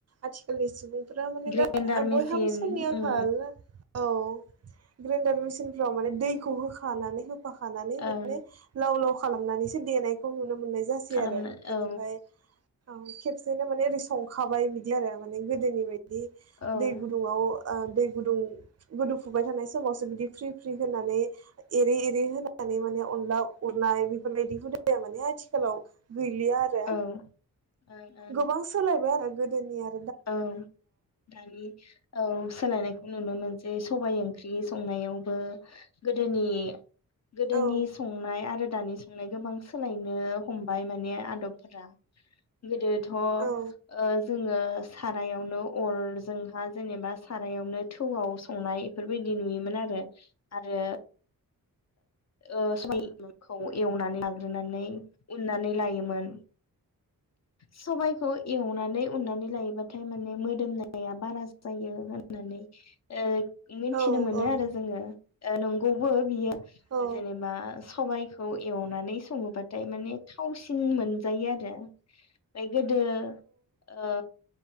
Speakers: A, on the right (about 45°); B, on the left (about 50°).
A: आथिखालनि सुबुं फ्रा मानि
B: ग्रेन्डार मेसिन
A: बयहाबो समनि आंखाल
B: उम
A: औ ग्रेण्डार मेसि दिंखियाव माने दैखौ होखानानै हो होखानानै माने
B: ओं
A: लाव लाव खालामनानैसो देनायखौ नुनो मोननाय जासै
B: खालामनो
A: आरो बिनिफाय
B: औ
A: औ खेबसेनो माने संखाबाय बिदि आरो माने गोदोनि बाय दि
B: औ
A: दै गुदुङाव ओ दै गुदुं गोदौफुबाय थानाय समावसो बिदि फ्रि फ्रि होनानै एरै एरै होनानै माने अनला उरनाय बेफोरबायदि हुदाया माने आथिखालाव गैलिया आरो
B: ओं ओं
A: गोबां सोलायबाय आरो गो <unintelligible>
B: औ दानि औ सोलायनायखौ नुनो मोनसै सबाइ ओंख्रि संनायावबो गोदोनि गोदोनि
A: औ
B: संनाय आरो दानि संनाय गोबां सोलायनो हमबाय माने आदबफोरा गोदो थ ओ
A: औ
B: जोङो सारायावनो अर जोंहा जेनेबा सारायावनो थौआव संनाय इफोरबायदि नुयोमोन आरो आरो ओ <unintelligible> एवनानै लाग्रोनानै उननानै लायोमोन सबाइखौ एवनानै उननानै लायोबाथाय माने मो- <unintelligible> नाया बारा जायो होननानै ओ मिनथिनो
A: औ
B: मोनो
A: औ
B: आरो जोङो ओ नंगौबो बियो
A: औ
B: जेनेबा सबाइ खौ एवनानै सङोबाथाय माने थावसिन मोनजायो आरो गोदो ओ